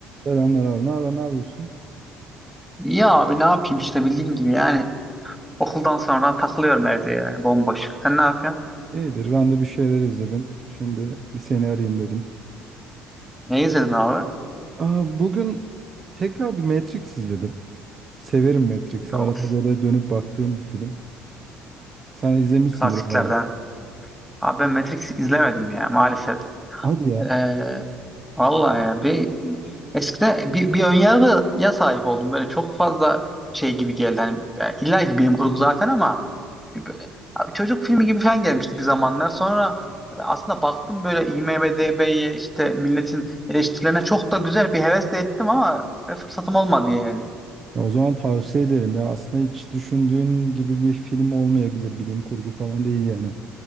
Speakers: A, on the right; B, in the centre.
A: Selamlar abi. Ne haber? Ne yapıyorsun?
B: İyi abi ne yapayım işte bildiğin gibi yani okuldan sonra takılıyorum evde yani bomboş. Sen ne yapıyorsun?
A: İyidir. Ben de bir şeyler izledim. Şimdi bir seni arayayım dedim.
B: Ne izledin abi?
A: Aa, bugün tekrar bir Matrix izledim. Severim Matrix'i.
B: Of
A: Arada böyle dönüp baktığım bir film. Sen izlemişsindir
B: klasiklerden.
A: herhalde.
B: Abi ben Matrix izlemedim ya maalesef.
A: Hadi ya.
B: Ee, vallahi ya bir eskiden bir, bir önyargıya sahip oldum. Böyle çok fazla şey gibi geldi. Hani ya illa ki bilim kurgu zaten ama bir böyle abi çocuk filmi gibi falan gelmişti bir zamanlar. Sonra aslında baktım böyle IMDb'ye işte milletin eleştirilerine çok da güzel bir hevesle ettim ama fırsatım olmadı yani.
A: Ya o zaman tavsiye ederim ya. Aslında hiç düşündüğün gibi bir film olmayabilir. Bilim kurgu falan değil yani.